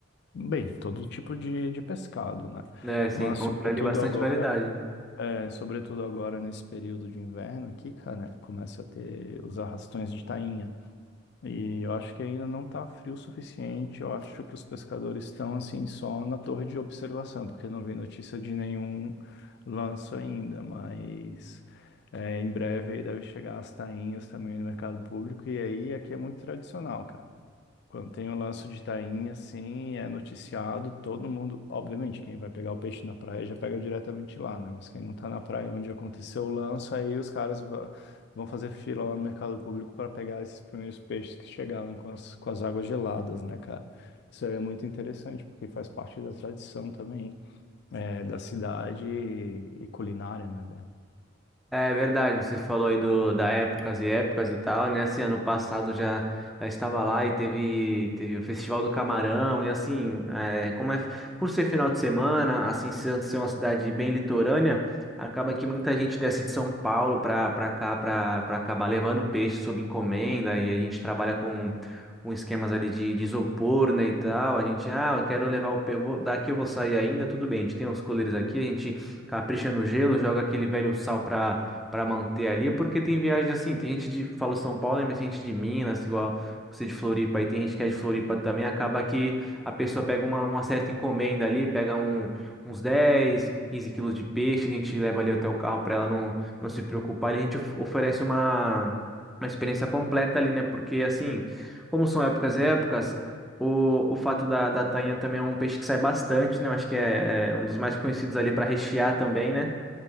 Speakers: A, on the left; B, in the centre.
A: bem, todo tipo de, de pescado, né?
B: É, você
A: Mas
B: encontra
A: sobretudo
B: ali bastante
A: agora,
B: variedade.
A: eh, sobretudo agora nesse período de inverno aqui, cara, começa a ter os arrastões de tainha. E eu acho que ainda não está frio o suficiente. Eu acho que os pescadores estão assim só na torre de observação, porque eu não vi notícia de nenhum lanço ainda, mas é, em breve aí deve chegar as tainhas também no mercado público. E aí aqui é muito tradicional, cara. Quando tem o lance de tainha, assim, é noticiado, todo mundo. Obviamente, quem vai pegar o peixe na praia já pega diretamente lá, né? Mas quem não tá na praia onde aconteceu o lance, aí os caras va- vão fazer fila lá no mercado público para pegar esses primeiros peixes que chegaram com as, com as águas geladas, né, cara? Isso aí é muito interessante, porque faz parte da tradição também, é, da cidade e, e culinária, né, velho?
B: É verdade, você falou aí do, da épocas e épocas e tal, né? Assim, ano passado já, já estava lá e teve, teve o Festival do Camarão, e assim, é, como é, por ser final de semana, assim, sendo ser uma cidade bem litorânea, acaba que muita gente desce de São Paulo para para cá, para para acabar levando peixe sob encomenda, e a gente trabalha com, com esquemas ali de, de isopor, né, e tal. A gente, ah, eu quero levar o pe- vou- daqui eu vou sair ainda, tudo bem, a gente tem os coleiros aqui, a gente capricha no gelo, joga aquele velho sal para para manter ali, porque tem viagem assim, tem gente de, falo São Paulo, né, mas tem gente de Minas, igual você de Floripa, e tem gente que é de Floripa também, acaba que a pessoa pega uma, uma certa encomenda ali, pega um, uns 10, 15 quilos de peixe, a gente leva ali até o carro para ela não, não se preocupar, e a gente of- oferece uma, uma experiência completa ali, né, porque assim, como são épocas e épocas, o, o fato da, da tainha também é um peixe que sai bastante, né, eu acho que é, é um dos mais conhecidos ali para rechear também, né,